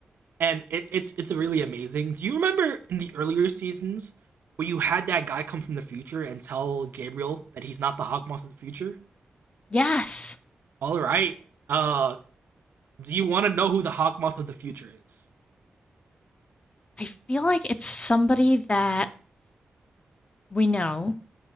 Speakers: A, on the right; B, on the left.
A: and it, it's it's really amazing. Do you remember in the earlier seasons where you had that guy come from the future and tell Gabriel that he's not the Hawkmoth of the future?
B: Yes.
A: All right. Uh, do you want to know who the Hawkmoth of the future is?
B: I feel like it's somebody that we know